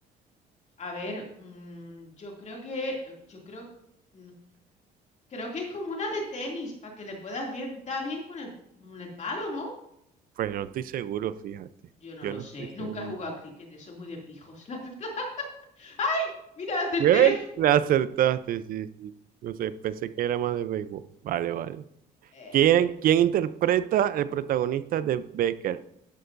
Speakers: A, on the left (about 45°); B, on the right (about 55°).
A: A ver, mm, yo creo que, eh, yo creo, mm, creo que es como una de tenis, para que le puedas bien, dar bien con el, con el palo, ¿no?
B: Pues no estoy seguro, fíjate.
A: Yo no
B: Yo
A: lo
B: no
A: sé,
B: estoy seguro.
A: nunca he jugado a cricket, eso es muy de pijos, la verdad. <laughs> ¡Ay! Mira, acerté.
B: Bien, la acertaste, sí, sí. No sé, pensé que era más de béisbol. Vale, vale.
A: Eh,
B: ¿Quién, quién interpreta el protagonista de Becker?